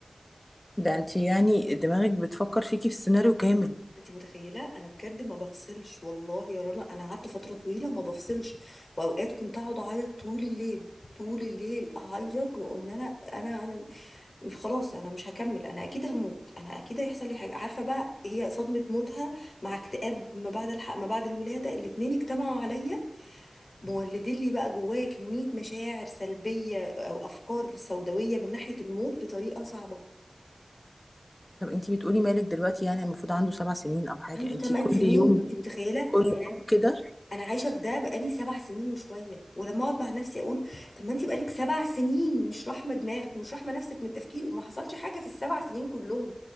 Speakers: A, on the left; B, on the left.
A: ده انت يعني دماغك بتفكر فيكي في السيناريو كامل
B: انت متخيله انا بجد ما بفصلش والله يا رنا انا قعدت فتره طويله ما بفصلش واوقات كنت اقعد اعيط طول الليل طول الليل اعيط وان انا انا انا خلاص انا مش هكمل انا اكيد هموت انا اكيد هيحصل لي حاجه عارفه بقى هي صدمه موتها مع اكتئاب ما بعد الحق ما بعد الولاده الاتنين اجتمعوا عليا مولدين لي بقى جوايا كميه مشاعر سلبيه او افكار سوداويه من ناحيه الموت بطريقه صعبه
A: طب انت بتقولي مالك دلوقتي يعني المفروض عنده سبع سنين او حاجه
B: عنده
A: انت
B: 8
A: كل
B: سنين
A: يوم
B: انت متخيله
A: كل
B: يعني
A: يوم كده
B: انا عايشه في ده بقالي سبع سنين وشويه ولما اقعد مع نفسي اقول طب ما انت بقالك سبع سنين مش راحمه دماغك ومش راحمه نفسك من التفكير وما حصلش حاجه في السبع سنين كلهم